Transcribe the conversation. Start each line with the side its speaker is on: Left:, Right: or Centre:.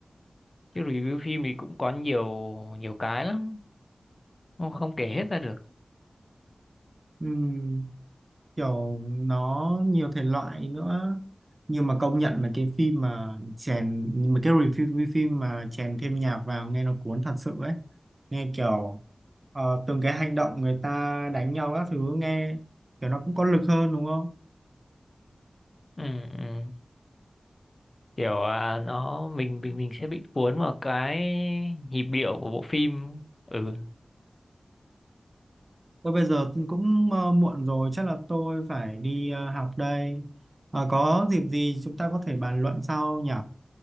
Left: chứ review phim thì cũng có nhiều nhiều cái lắm không, không kể hết ra được
Right: Ừm, kiểu nó nhiều thể loại nữa nhưng mà công nhận mà cái phim mà chèn mà cái review phim mà chèn thêm nhạc vào nghe nó cuốn thật sự ấy nghe kiểu Ờ, từng cái hành động người ta đánh nhau các thứ nghe kiểu nó cũng có lực hơn đúng không?
Left: ừ, ừ. kiểu à, nó mình mình mình sẽ bị cuốn vào cái nhịp điệu của bộ phim ừ
Right: Tôi bây giờ cũng ờ, muộn rồi chắc là tôi phải đi ờ, học đây. Ờ, có dịp gì chúng ta có thể bàn luận sau nhỉ?